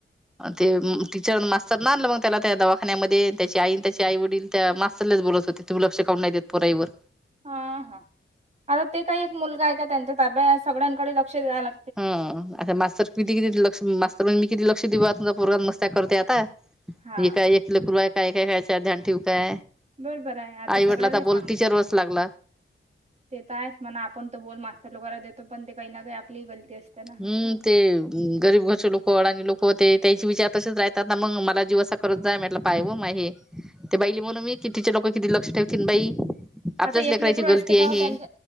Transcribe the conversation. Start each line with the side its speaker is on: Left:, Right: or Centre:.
Centre: ते टीचर मास्तर नाही आणलं मग त्याला त्या दवाखान्यामध्ये त्याची आई त्याचे आई वडील. त्या मास्रलेच बोलत होते तुम्ही लक्ष काहुन नाही देत पराईवर.
Right: हा हा आता ते काही एक मुलगा आहे का त्यांच्या ताब्यात सगळ्यांकडे लक्ष द्यायला.
Centre: हा अ मास्तर किती किती लक्ष मास्तर म्हण मी किती लक्ष देऊ तु पोगात मस्त्या करतेय आता.
Right: हा
Centre: मी काय एक किलपूरवा आहे काय एकय याच्यात ध्यान ठेव काय.
Right: बरोबर आहे आता
Centre: आईवडलाचा
Right: सगळ्यांना सामान
Centre: बोल टीचर वच लागला.
Right: ते तर आहेच म्हणा आपण त बोल मास्तर लगैयला देतो पण ते काही ना काही आपली गलती असते. ना
Centre: हम्
Right: असं आहे
Centre: ते गरीब घरचे लोक अडाणी लोक होते त्याचे विचार तसेच राहतात ना मग म. ला जीवसा करत जाय म्हटलं पाय व म हे ते बईली म्हणून मी कितीचे लोक किती लक्ष ठेवतील बाई. आपल्याच
Right: असं एक
Centre: लेकराची
Right: लेकड
Centre: गलती
Right: असते कावा
Centre: आहे हे
Right: त्यांच.